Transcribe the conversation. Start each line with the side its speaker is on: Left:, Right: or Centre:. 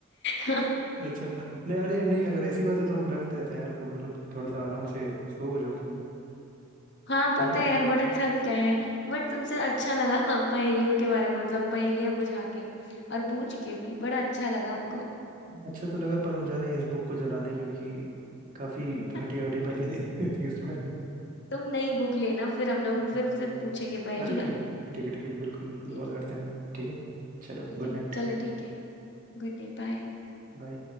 Left: हाँ
Right: अच्छा नहीं अरे नहीं अगर ऐसी बात है तो हम रख देते हैं यार फोन मतलब थोड़ा सा आराम से सो जाओ तुम
Left: हाँ
Right: थक
Left: पता है यार बड़ा थक गए हैं बट तुमसे अच्छा लगा <laughs> पहेलियों के बारे में मतलब पहेलियां बुझा के और बूझ के भी बड़ा अच्छा लगा हमको
Right: अच्छा तो लगा पर हम जा रहे हैं इस बुक को जलाने क्योंकि काफी घटिया
Left: <laughs>
Right: घटिया पहले दी हुई थी उसमें
Left: तुम नई बुक लेना फिर हम लोग
Right: हम
Left: फिर से पूछेंगे पहेलियां
Right: अरे ठीक है ठीक है ठीक है बिल्कुल बिल्कुल
Left: ठीक
Right: कॉल
Left: है
Right: करते हैं ठीक है चलो
Left: ठीक
Right: गुड
Left: है
Right: नाइट
Left: चलो ठीक है Good night bye
Right: बाय